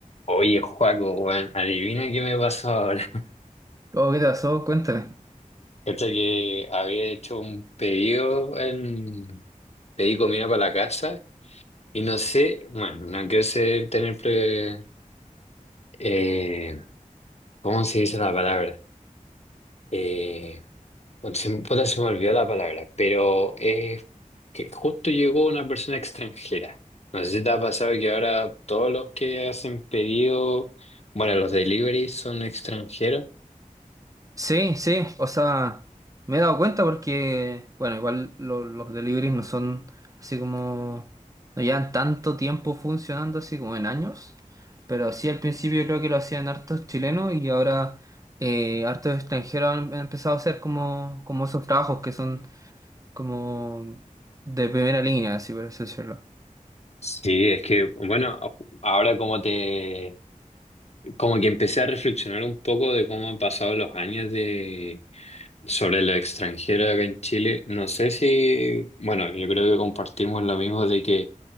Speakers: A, on the left; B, on the right.
A: Oye, Joaco, weón, adivina qué me pasó ahora.
B: Oh, ¿qué te pasó? Cuéntame.
A: <laughs> Cacha que había hecho un pedido en... Pedí comida para la casa y no sé, bueno, no quiero ser, tener... pre- eh, ¿cómo se dice la palabra? Eh, bueno, se, puta, se me olvidó la palabra, pero es que justo llegó una persona extranjera. No sé si te ha pasado que ahora todos los que hacen pedido, bueno, los deliveries son extranjeros.
B: Sí, sí, o sea, me he dado cuenta porque, bueno, igual lo- los deliveries no son así como, no llevan tanto tiempo funcionando así como en años, pero sí al principio creo que lo hacían hartos chilenos y ahora eh, hartos extranjeros han, han empezado a hacer como, como esos trabajos que son como de primera línea, así por así decirlo.
A: Sí, es que, bueno, ahora como te, como que empecé a reflexionar un poco de cómo han pasado los años de, sobre lo extranjero acá en Chile. No sé si, bueno, yo creo que compartimos lo mismo de que